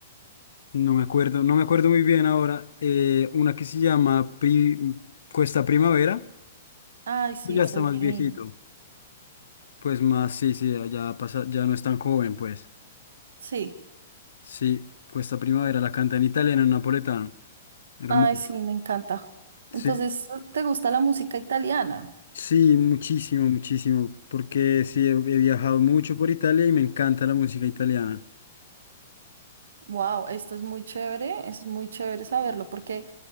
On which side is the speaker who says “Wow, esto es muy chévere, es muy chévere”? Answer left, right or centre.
Right